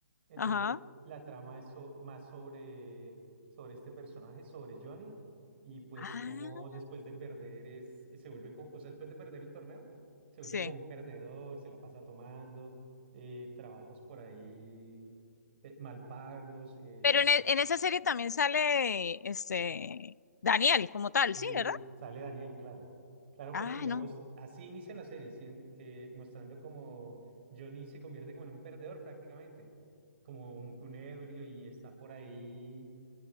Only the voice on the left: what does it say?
Ajá.
Ah,
sí.
Pero en, e- en esa serie también sale este Daniel como tal,
¿sí, verdad?
Ah,
no.